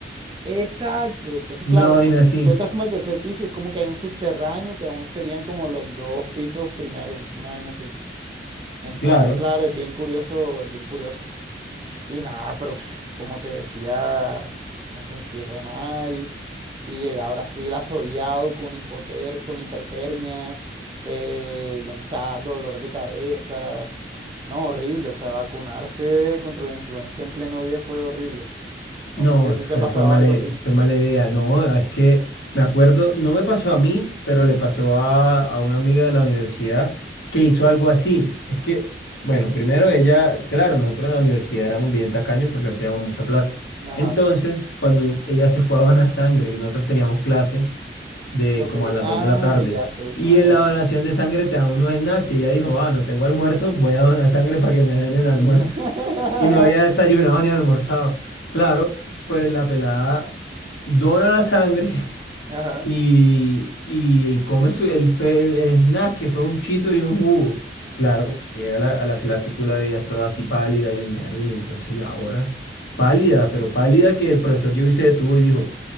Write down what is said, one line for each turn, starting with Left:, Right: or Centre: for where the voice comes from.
Right: Exacto. Entonces,
Left: Una
Right: claro,
Left: vaina
Right: como
Left: así,
Right: tú entras como al tercer piso y es como que hay un subterráneo que aún serían como los dos pisos primero, una vaina así. Entonces,
Left: claro.
Right: claro, es bien curioso, es bien curioso. Y nada, pero pf, como te decía, me sentí re mal y llegué a Brasil asoleado con hipoter- con hipertermia, eh, ya me estaba dando dolor de cabeza. No, horrible, o sea, vacunarse contra la influenza en pleno día fue horrible.
Left: No,
Right: No sé si
Left: eso
Right: a ti te
Left: fue,
Right: ha pasado
Left: fue mala,
Right: algo
Left: i-
Right: así.
Left: fue mala idea. No, ah, es que me acuerdo, no me pasó a mí, pero le pasó a, a una amiga de la universidad que hizo algo así. Es que, bueno, primero ella, claro, nosotros en la universidad éramos bien tacaños porque no teníamos mucha plata.
Right: Ajá,
Left: Entonces, cuando ella se fue a donar sangre y nosotros teníamos clase, de
Right: ok,
Left: como a las
Right: ay,
Left: 2 de la tarde.
Right: ya sé,
Left: Y
Right: ajá.
Left: en la donación de sangre te dan unos snacks y ella dijo, ah, no tengo almuerzo, voy a donar sangre para que me den el almuerzo.
Right: <laughs>
Left: <laughs> Y no había desayunado ni almorzado. Claro, pues la pelada dona la sangre
Right: Ajá,
Left: y, y come su, el, pe- el snack que fue un chito y un jugo. Claro, cuando llega a la, a la clase tú la veías toda así pálida y ñerde, y entonces ya ahora, pálida, pero pálida que el profesor llegó y se detuvo y dijo,